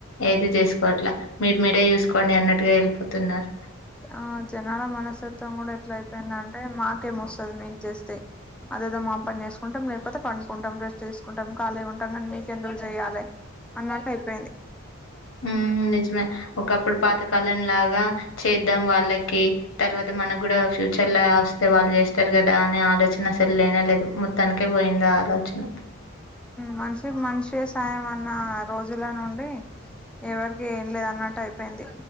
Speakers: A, on the left; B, in the centre.
A: ఏది చేసుకోవట్లా మీరు మీరే చూసుకోండి అన్నట్టుగా ఎళ్ళిపోతున్నారు.
B: ఆ జనాల మనస్తత్వం కూడ ఎట్ల అయిపోయిందంటే మాకేమొస్తుంది మీకు చేస్తే అదేదో మా పని చేసుకుంటం లేకపోతే పండుకుంటం రెస్ట్ చేసుకుంటం ఖాళిగా ఉంటం గాని మీకెందుకు చేయాలే అన్నట్టు అయిపోయింది.
A: మ్మ్ మ్ నిజమే ఒకప్పుడు పాతకాలం లాగా చేద్దాం వాళ్ళకి తర్వా త మనకు గూడ ఫ్యూచర్ల వస్తే వాళ్ళు చేస్తరు కదా అనే ఆలోచన అసలు లేనే లేదు. మొత్తానికే పోయిందా ఆలోచన
B: మనిషికి మనిషే సాయం అన్న రోజుల నుండి, ఎవరికి ఏం లేదు అన్నట్టు అయిపోయింది.